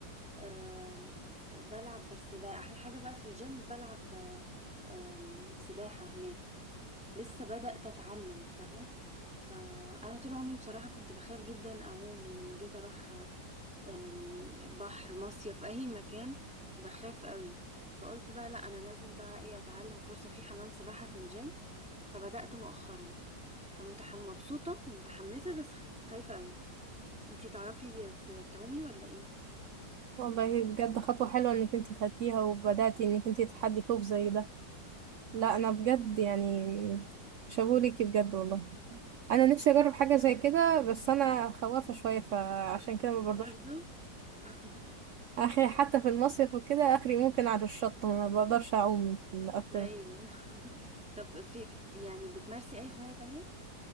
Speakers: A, in the centre; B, on the right (about 85°).
A: آم، ف- بلعب بس بقى احلى حاجه بقى في الجيم بلعب آم، سباحه هناك لسه بدأت اتعلم فاهمه فانا طول عمري بصراحه كنت بخاف جدا اعوم ولما جيت اروح آم، بحر مصيف اي مكان بخاف قوي فقلت بقى لا انا لازم بقى ايه اتعلم فرصه في حمام سباحه في الجيم فبدأت مؤخرا فمتح... مبسوطة ومتحمسة بس خايفة قوي انتي تعرفي ت- تعومي ولا ايه
B: والله بجد خطوة حلوة انك انتي خدتيها وبدأتي انك انتي تتحدي خوف زي ده لا انا بجد يعني شابوه ليكي بجد والله انا نفسي اجرب حاجة زي كده بس انا خوافة شوية فعشان كده ما برضاش
A: برضو <laughs>
B: اخي حتى في المصيف وكده اخري ممكن على الشط ما بقدرش اعوم اكتر
A: ايوه <laughs> طب في يعني بتمارسي اي هواية تانية